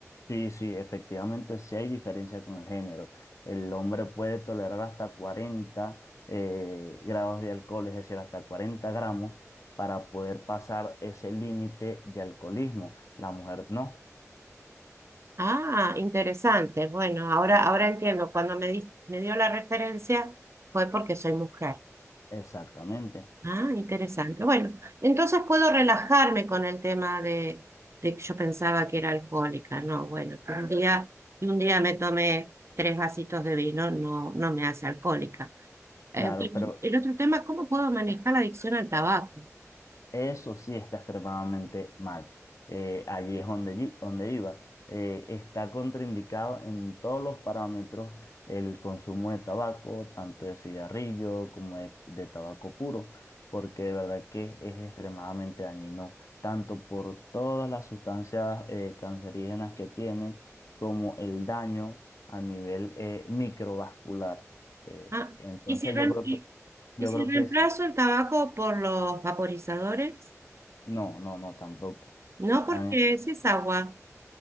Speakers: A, on the left (about 70°); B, on the right (about 55°).
A: sí, sí, efectivamente sí hay diferencia con el género. El hombre puede tolerar hasta cuarenta eh, grados de alcohol, es decir, hasta 40 gramos, para poder pasar ese límite de alcoholismo. La mujer no,
B: Ah, interesante. Bueno, ahora, ahora entiendo. Cuando me di- me dio la referencia fue porque soy mujer.
A: exactamente.
B: Ah, interesante. Bueno, entonces puedo relajarme con el tema de, de que yo pensaba que era alcohólica. No, bueno, que un día, que un día me tomé tres vasitos de vino, no, no me hace alcohólica. Eh,
A: Claro,
B: bueno,
A: pero
B: el otro tema, ¿cómo puedo manejar la adicción al tabaco?
A: Eso sí está extremadamente mal. Eh, allí es donde, yi- donde iba. Eh, está contraindicado en todos los parámetros el consumo de tabaco, tanto de cigarrillo como de, de tabaco puro, porque de verdad que es extremadamente dañino, tanto por todas las sustancias eh, cancerígenas que tiene, como el daño a nivel eh, microvascular. Eh,
B: Ah,
A: entonces
B: ¿y si, rem-
A: yo creo
B: y,
A: que, yo
B: y si
A: creo
B: reemplazo
A: que sí.
B: el tabaco por los vaporizadores?
A: No, no, no, tampoco.
B: No, porque
A: Ah,
B: si es agua.